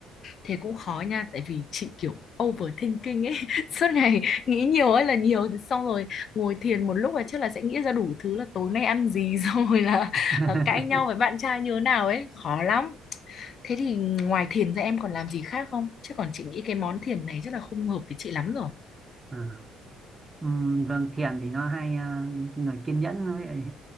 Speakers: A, on the left; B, on the right.
A: thế cũng khó nha, tại vì chị kiểu overthinking ấy, <laughs> suốt ngày nghĩ nhiều ấy là nhiều, thì xong rồi ngồi thiền một lúc là chắc là sẽ nghĩ ra đủ thứ là tối nay ăn gì, <laughs> xong rồi là
B: <laughs>
A: ờ, cãi nhau với bạn trai như thế nào ấy, khó lắm. Thế thì ngoài thiền ra em còn làm gì khác không? Chứ còn chị nghĩ cái món thiền này chắc là không hợp với chị lắm rồi.
B: à. ừm, vâng thiền thì nó hay à, người kiên nhẫn với lại